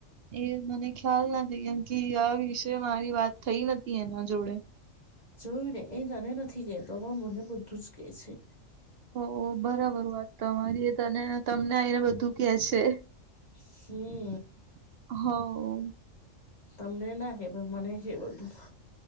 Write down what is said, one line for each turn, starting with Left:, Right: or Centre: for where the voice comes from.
Right: એ મને ખ્યાલ નથી કેમ કે આ વિસે મારી વાત થઈ નથી એના જોડે.
Left: જોયું ને એ તને નથી કેતો પણ મને બધું જ કેહ છે.
Right: હો બરાબર વાત તમારી એ તને તમને આવી ને બધું કેય છે.
Left: હું.
Right: હવો.
Left: તમને ના હે પણ મને કે બઘું.